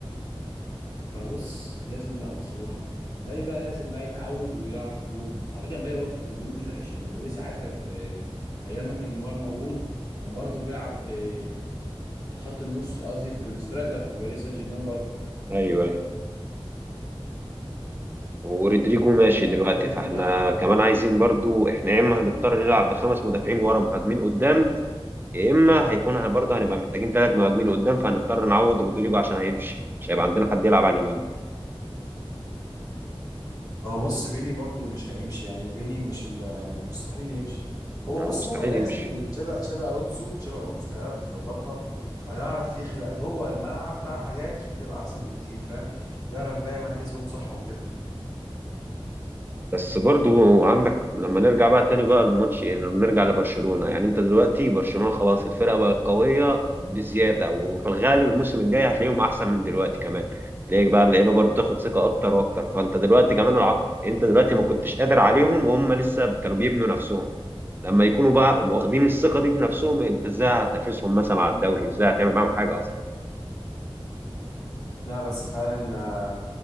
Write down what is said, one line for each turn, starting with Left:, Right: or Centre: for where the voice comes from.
Left: ما بص لازم بقى بس هو مبابي بقى لازم بقى يتعود ويلعب هجوم بس على فكره مبابي برضه في الهجوم مش وحش مبابي ساعات كان في ايام ما كان نيمار موجود كان برضه بيلعب في في خط النص قصدي في السترايكر في باريس سان جيرمان برضه
Right: ايوه ايوه ورودريجو ماشي
Left: فانت
Right: دلوقتي
Left: فاهم الدنيا
Right: فاحنا
Left: عنده
Right: كمان عايزين برضو احنا يا اما هنضطر نلعب بخمس مدافعين ورا مهاجمين قدام يا اما هيكون برضه هنبقى محتاجين ثلاث مهاجمين قدام فهنضطر نعوض رودريجو عشان هيمشي مش هيبقى عندنا حد يلعب على اليمين
Left: ما هو بص فيني برضو مش هيمشي يعني فيني مش ال... يعني مستحيل يمشي
Right: يعني
Left: هو بص
Right: هو مستحيل
Left: هو لازم
Right: يمشي
Left: تشابي تشابي الونسو تشابي الونسو هيعرف يظبطها وهيعرف يخلق جوه الملعب بقى حاجات عشان تبقى احسن بكتير فاهم يعرف بقى مركزهم صح وكده
Right: بس برضو عندك لما نرجع بقى تاني بقى الماتش يعني نرجع لبرشلونة يعني انت دلوقتي برشلونة خلاص الفرقة بقت قوية بزيادة وفي الغالب الموسم الجاي هتلاقيهم احسن من دلوقتي كمان تلاقيك بقى اللعيبة برضو تاخد ثقة اكتر واكتر فانت دلوقتي كمان الع... يعني انت دلوقتي ما كنتش قادر عليهم وهم لسه كانوا بيبنوا نفسهم لما يكونوا بقى واخدين الثقة دي في نفسهم انت ازاي هتنافسهم مثلا على الدوري ازاي هتعمل معاهم حاجة اصلا
Left: لا بس فعلا آه،